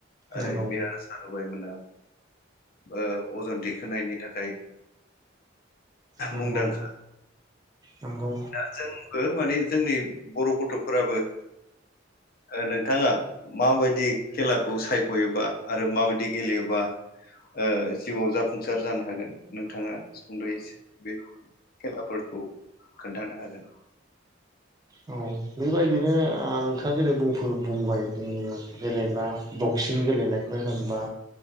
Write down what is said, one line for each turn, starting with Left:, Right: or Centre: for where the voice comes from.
Left: ओरै
Right: नंगौ
Left: मिया सारुबायमोना। ओ अजन दैखोनायनायनि थाखाय
Right: नंगौ
Left: मुंदांखा।
Right: नंगौ
Left: दा जोंबो माने जोंनि बर' गथ'फोराबो ओ नोंथाङा माबायदि खेलाखौ सायख'योबा आरो माबायदि गेलेयोबा ओ जिउआव जाफुंसार जानो हागोन? नोंथाङा सुंद' एसो बे खेलाफोरखौ खोनथानो हागोन।
Right: औ बेबायदिनो ओ नोंथाङा जेरै बुंफोर बुंबाय जोंनि गेलेग्रा बक्सिं गेलेनायखौ होनबा